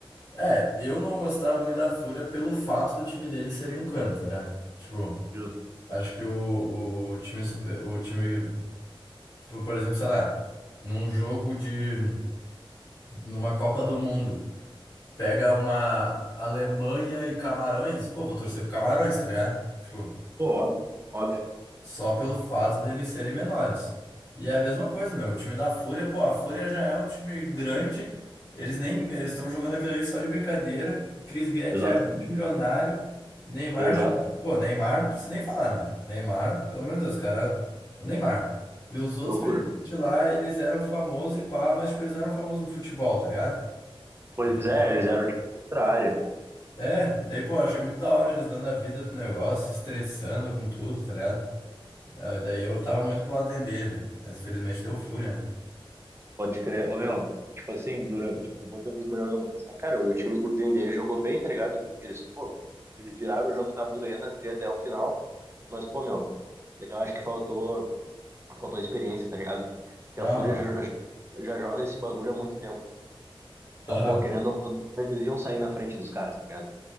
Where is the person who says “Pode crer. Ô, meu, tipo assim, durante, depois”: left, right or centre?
Right